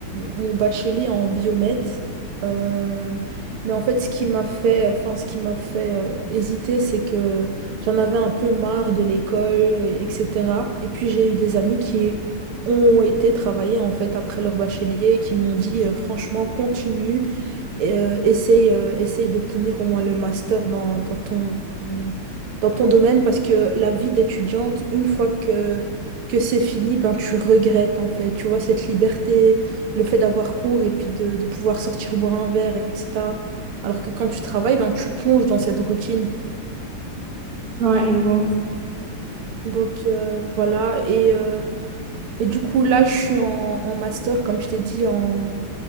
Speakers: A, on the right; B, on the right.
A: mon bachelier en biomède. Euh, mais en fait, ce qui m'a fait, enfin, ce qui m'a fait euh, hésiter, c'est que j'en avais un peu marre de l'école, euh, etc. Et puis j'ai eu des amis qui ont été travailler en fait après leur bachelier et qui m'ont dit euh, franchement, continue et, euh, essaye, euh, essaye d'obtenir au moins le master dans, dans ton, dans ton domaine parce que la vie d'étudiante, une fois que, que c'est fini, ben, tu regrettes en fait. Tu vois, cette liberté, le fait d'avoir cours et puis de, de pouvoir sortir boire un verre, etc. Alors que quand tu travailles, ben, tu plonges dans cette routine.
B: Ouais, je vois.
A: Donc euh, voilà, et, euh, et du coup là je suis en, en master, comme je t'ai dit, en,